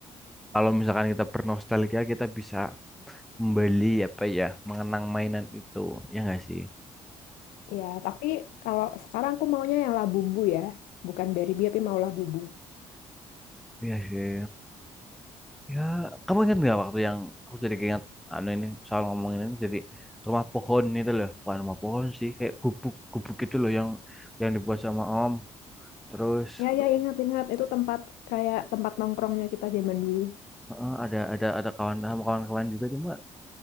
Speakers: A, in the centre; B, on the left.
A: kalau misalkan kita bernostalgia kita bisa kembali apa ya mengenang mainan itu ya nggak sih
B: Ya tapi kalau sekarang aku maunya yang Labubu ya, bukan Barbie tapi mau Labubu.
A: Iya sih ya kamu ingat nggak waktu yang aku jadi keinget anu ini soal ngomongin ini jadi rumah pohon itu loh bukan rumah pohon sih kayak gubuk gubuk itu loh yang yang dibuat sama om terus
B: Ya ya ingat-ingat itu tempat kayak tempat nongkrongnya kita zaman dulu.
A: heeh, ada ada ada kawan sama kawan-kawan juga cuma